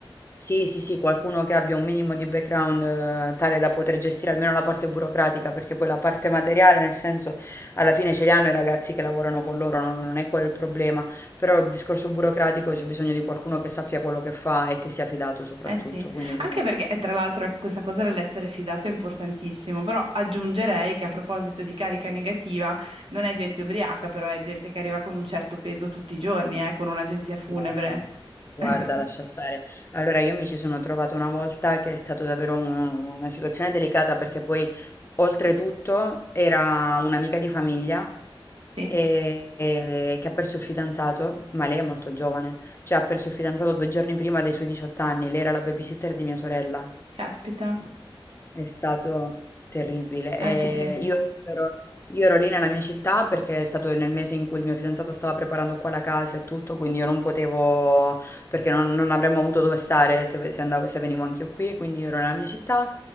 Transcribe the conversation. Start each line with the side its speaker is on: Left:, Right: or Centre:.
Left: Sì, sì, sì, qualcuno che abbia un minimo di background eh, tale da poter gestire almeno la parte burocratica, perché poi la parte materiale, nel senso, alla fine ce li hanno i ragazzi che lavorano con loro, non, non è quello il problema, però il discorso burocratico c'è bisogno di qualcuno che sappia quello che fa e che sia fidato soprattutto,
Right: Eh sì,
Left: quindi
Right: anche perché eh, tra l'altro ecco, questa cosa dell'essere fidato è importantissimo, però aggiungerei che a proposito di carica negativa, non è gente ubriaca, però è gente che arriva con un certo peso tutti i giorni, eh, con un'agenzia funebre.
Left: Guarda, guarda,
Right: <laughs>
Left: lascia stare. Allora, io mi ci sono trovata una volta che è stata davvero un- una situazione delicata perché poi, oltretutto, era un'amica di famiglia
Right: Sì.
Left: e- e- che ha perso il fidanzato, ma lei è molto giovane, cioè ha perso il fidanzato due giorni prima dei suoi 18 anni, lei era la babysitter di mia sorella.
Right: Caspita,
Left: È stato terribile.
Right: eh,
Left: E
Right: ci credo.
Left: io ero, io ero lì nella mia città perché è stato nel mese in cui il mio fidanzato stava preparando qua la casa e tutto, quindi io non potevo, perché non, non avremmo avuto dove stare se, se andavo, se venivo anche io qui, quindi io ero nella mia città